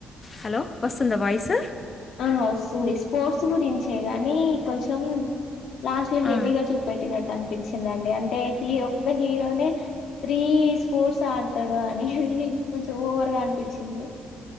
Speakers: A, on the left; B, on the left.
A: హలో వస్తుందా వాయిస్
B: ఆ వస్తుంది స్పోర్ట్స్ గురించే గాని కొంచెం లాస్ట్ లో హెవీగా
A: ఆ.
B: చూపెట్టినట్టు అనిపించిందండి అంటే ఈ ఒక్క హీరోనే త్రీ స్పోర్ట్స్ ఆడతాడు అని ది కొంచెం ఓవర్ గా అనిపించింది